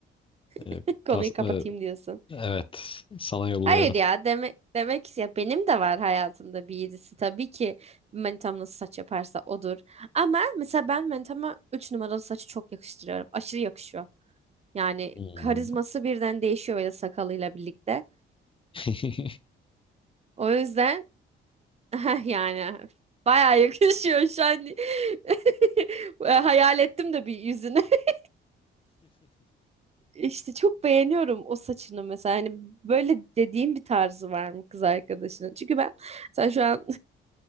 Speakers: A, on the left; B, on the right.
A: e,
B: <laughs>
A: pas,
B: Konuyu kapatayım
A: e,
B: diyorsun.
A: evet sana yolluyorum.
B: Hayır ya deme, demek ki ya benim de var hayatımda bir yedisi. Tabii ki manitam nasıl saç yaparsa odur. Ama mesela ben manitama 3 numaralı saçı çok yakıştırıyorum. Aşırı yakışıyor. Yani
A: Hmm.
B: karizması birden değişiyor böyle sakalıyla birlikte.
A: <laughs>
B: O yüzden <laughs> Yani bayağı yakışıyor şu an. <laughs> Hayal ettim de bir yüzünü. <laughs> İşte çok beğeniyorum o saçını mesela. Hani böyle dediğim bir tarzı var mı kız arkadaşının? Çünkü ben sen şu an